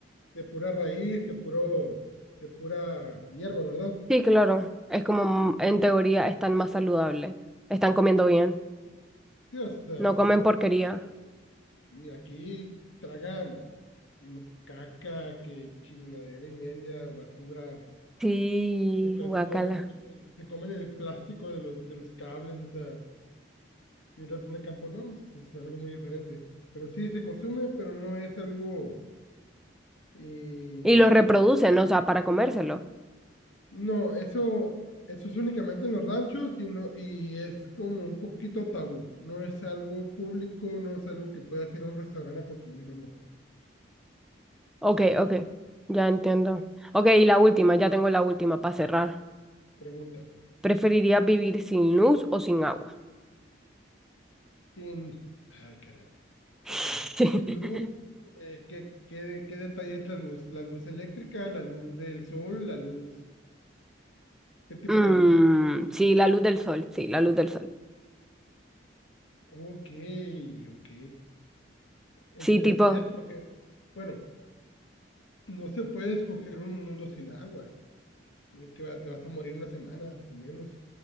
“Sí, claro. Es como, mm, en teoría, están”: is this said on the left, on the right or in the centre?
Centre